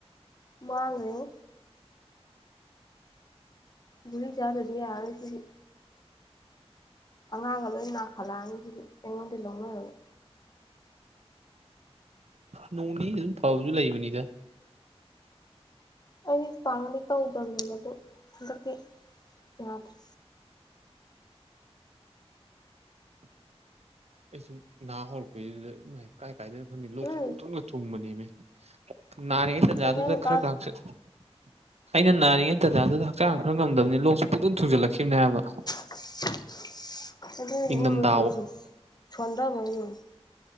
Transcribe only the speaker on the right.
ꯅꯣꯡꯅꯤ ꯑꯗꯨꯝ ꯐꯕꯁꯨ ꯂꯩꯕꯅꯤꯗ
ꯑꯩꯁꯨ ꯅꯍꯥ ꯍꯧꯔꯛꯄꯩꯗꯨꯗꯥꯏ ꯀꯥꯏ ꯀꯥꯏꯗꯅꯣ ꯈꯪꯗꯦ ꯂꯣꯛꯣꯛ
ꯊꯅ ꯊꯨꯡꯕꯅꯦꯃꯦ ꯅꯥꯔꯤꯉꯩ ꯇꯥꯟꯖꯥꯗꯨꯗ
ꯈꯔꯒꯆꯠ
ꯑꯩꯅ ꯅꯥꯔꯤꯉꯩ ꯇꯖꯗꯨꯗ ꯍꯛꯆꯥꯡ ꯈꯔ ꯉꯝꯗꯕꯅꯤ ꯂꯣꯛꯁꯨ ꯄꯨꯟ ꯊꯨꯖꯜꯂꯛꯈꯤꯕꯅꯦ ꯍꯥꯏꯕ
ꯏꯪꯊꯝꯊꯥ